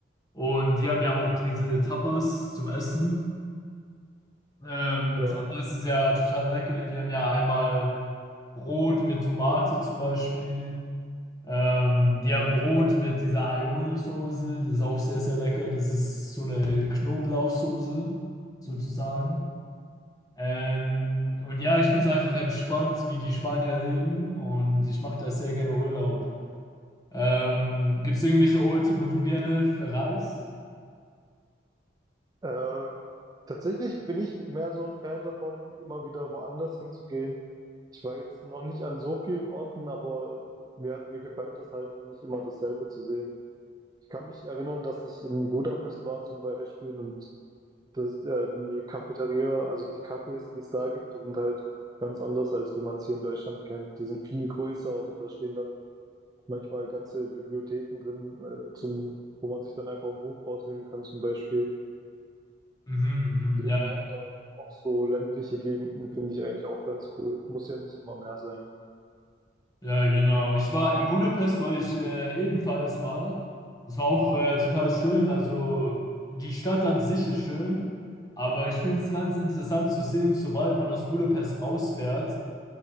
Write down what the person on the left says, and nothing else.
Und die haben ja auch diese Tapas zum Essen. Ähm,
Tapas ist ja total lecker. Die haben ja einmal Brot mit Tomate zum Beispiel. Ähm, die haben Brot mit dieser Aioli-Soße, das ist auch sehr, sehr lecker. Das ist so eine Knoblauchsoße, sozusagen. Ähm, und ja, ich finde es einfach entspannt, wie die Spanier leben und ich mache da sehr gerne Urlaub. Ähm, gibt es irgendwelche Orte, wo du gerne verreist?
Mhm, mhm,
ja.
Ja, genau. Ich war in Budapest, war ich äh, ebenfalls mal. Das war auch äh, total schön. Also die Stadt an sich ist schön, aber ich finde es ganz interessant zu sehen, sobald man aus Budapest rausfährt,